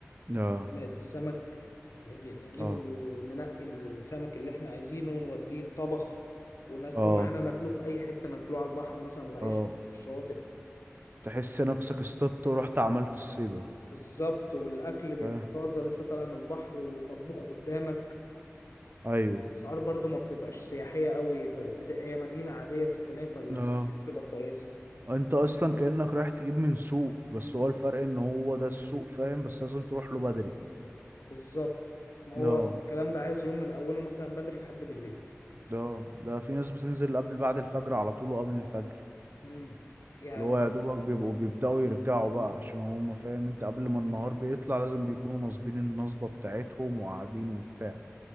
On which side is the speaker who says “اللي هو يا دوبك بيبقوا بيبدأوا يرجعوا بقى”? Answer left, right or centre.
Right